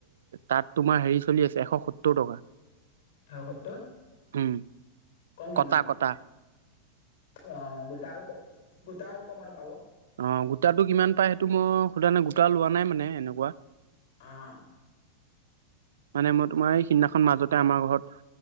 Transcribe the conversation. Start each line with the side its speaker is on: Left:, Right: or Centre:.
Right: তাত তোমাৰ হেৰি চলি আছে এশ সত্ত সত্তৰ টকা
Left: তাত
Right: উম,
Left: কম গাম
Right: কটা
Left: দেখন
Right: কটা
Left: অ গোট আৰু ক। গোটা আৰু কমাৰ পাব।
Right: অ গোটাটো কিমান পাই সেইটো মই সণে গোটা লোৱা নাই মানে এনেকুৱা।
Left: অহ।
Right: মানে মই তোমাৰ এই সিদিনাখন মাজতে আমাৰ ঘৰত।